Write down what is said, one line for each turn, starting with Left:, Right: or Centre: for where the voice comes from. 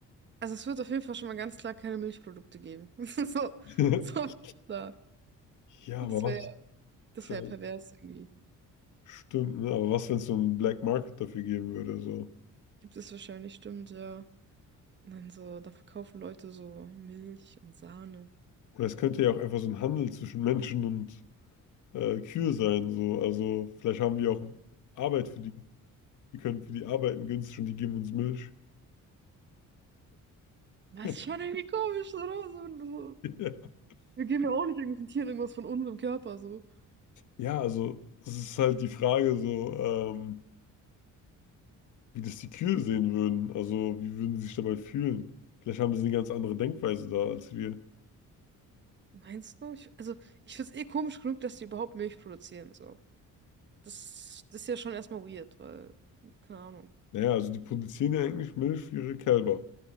Right: Also es wird auf jeden Fall schon mal ganz klar keine Milchprodukte geben. <laughs> So,
Left: <laughs>
Right: so, da.
Left: Ja,
Right: Das
Left: aber was,
Right: wäre, das
Left: äh,
Right: wäre pervers irgendwie.
Left: stimmt, ne? Aber was, wenn es so einen Black Market dafür geben würde, so?
Right: Gibt es wahrscheinlich, stimmt, ja. Und dann so, da verkaufen Leute so Milch und Sahne.
Left: Oder es könnte ja auch einfach so ein Handel zwischen Menschen und äh, Kühe sein, so. Also, vielleicht haben wir auch Arbeit für die. Die können für die arbeiten günstig und die geben uns Milch.
Right: Das
Left: <laughs>
Right: ist schon irgendwie komisch, oder? So, so,
Left: Ja.
Right: wir geben ja auch nicht irgendwelchen Tieren irgendwas von unserem Körper, so.
Left: Ja, also es ist halt die Frage so, ähm, wie das die Kühe sehen würden. Also wie würden sie sich dabei fühlen? Vielleicht haben sie eine ganz andere Denkweise da als wir.
Right: Meinst du? Ich, also, ich find's eh komisch genug, dass die überhaupt Milch produzieren, so. Das, das ist ja schon erstmal weird, weil, keine Ahnung.
Left: Naja, also die produzieren ja eigentlich Milch für ihre Kälber.